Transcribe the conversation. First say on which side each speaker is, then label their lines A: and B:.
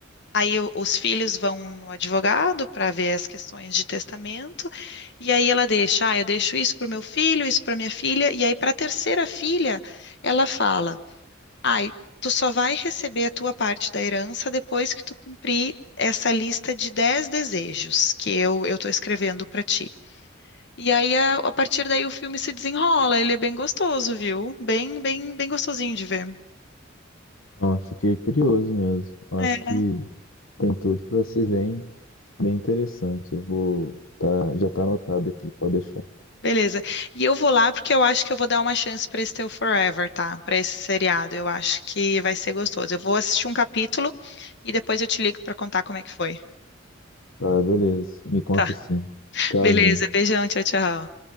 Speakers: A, on the left (about 60°); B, on the left (about 85°).
A: Aí o- os filhos vão no advogado para ver as questões de testamento, e aí ela deixa, ah, eu deixo isso para o meu filho, isso para minha filha, e aí para a terceira filha, ela fala, ai, tu só vai receber a tua parte da herança depois que tu cumprir essa lista de 10 desejos que eu eu estou escrevendo para ti. E aí a, a partir daí o filme se desenrola, ele é bem gostoso, viu? Bem, bem, bem gostosinho de ver.
B: Ah, fiquei curioso mesmo. Eu
A: É.
B: Acho que tem tudo para ser bem, bem interessante. Eu vou, tá, já tá anotado aqui, pode deixar.
A: Beleza. E eu vou lá porque eu acho que eu vou dar uma chance para esse teu Forever, tá? Para esse seriado. Eu acho que vai ser gostoso. Eu vou assistir um capítulo e depois eu te ligo para contar como é que foi.
B: Tá, beleza. Me conta
A: Tá.
B: sim. Tchauzinho.
A: Beleza. Beijão. Tchau, tchau.